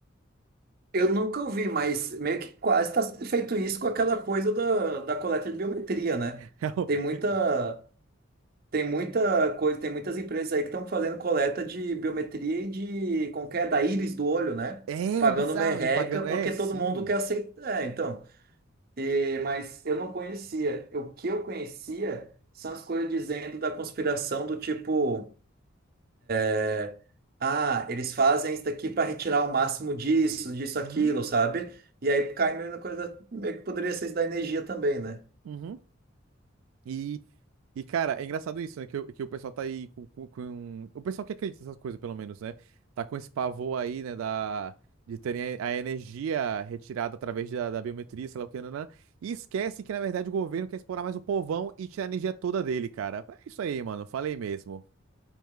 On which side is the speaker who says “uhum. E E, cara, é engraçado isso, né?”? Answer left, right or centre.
Right